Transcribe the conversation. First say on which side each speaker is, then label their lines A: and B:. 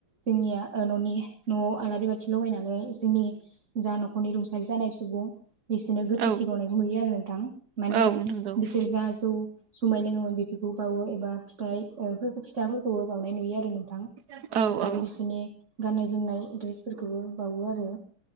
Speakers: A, on the right; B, on the right.
A: जोंनिया ओ न'नि न'आव आलारि बाथि थि लगायनानै जोंनि जा न'खरनि रुंसारि जानाय सुबुं बिसोरनो गोथै
B: औ
A: सि बावनाय नुयो आरो नोंथां माने
B: औ नंगौ
A: बिसोर
B: औ
A: जा जौ जुमाय लोङोमोन बेफोरखौ बावो एबा फिथाइ ओ फोरखौ फिथाफोरखौबो बावनाय नुयो आरो नों थां
B: औ
A: आरो बिसिनि
B: औ
A: गाननाय जोमनाय द्रेसफोरखौबो बावो आरो